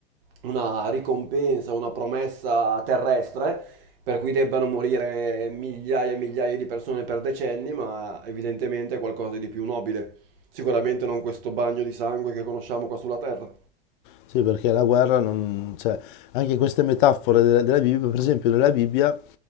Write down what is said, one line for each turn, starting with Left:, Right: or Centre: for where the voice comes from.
Right: una ricompensa, una promessa terrestre, per cui debbano morire migliaia e migliaia di persone per decenni, ma evidentemente è qualcosa di più nobile. Sicuramente non questo bagno di sangue che conosciamo qua sulla terra.
Left: Sì, perché la guerra non... Cioè, anche in queste metafore della, della Bibbia, per esempio nella Bibbia,